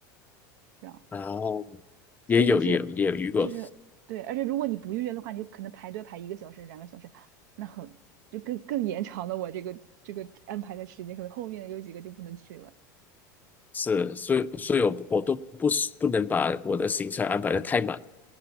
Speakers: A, on the right; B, on the left.
A: 这样。
B: 然后也有也有也有遇过，
A: 所以就是就是对，而且如果你不预约的话，你就可能排队排一个小时、两个小时，那很就更更延长了我这个这个安排的时间，可能后面有几个就不能去了。
B: 是，所以所以我我都不是不能把我的行程安排的太满。